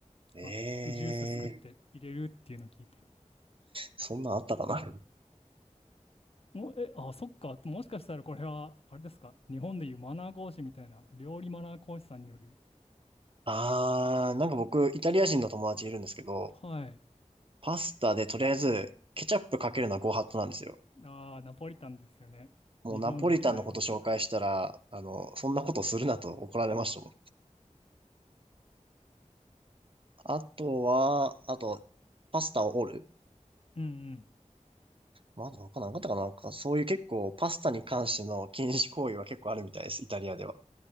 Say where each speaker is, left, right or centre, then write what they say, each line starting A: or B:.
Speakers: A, on the right (about 45°); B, on the left (about 50°).
A: ええ
B: まあ、ジュース作って入れるっていうのを聞いて、
A: そんなんあったかな
B: もえ、あ、そっか、もしかしたらこれは、あれですか、日本でいうマナー講師みたいな、料理マナー講師さんによる、
A: あー、なんか僕、イタリア人の友達いるんですけど、
B: はい、
A: パスタでとりあえず、ケチャップかけるのはご法度なんですよ。
B: あー、ナポリタンですよね。
A: もうナポリタンのこと紹介したら、
B: 日本だけだよって。
A: あの、そんなことするなと怒られましたもん。あとは、あと、パスタを折る。
B: うんうん。
A: まだ他なんかあったかな、なんか、そういう結構、パスタに関しての禁止行為は結構あるみたいです、イタリアでは。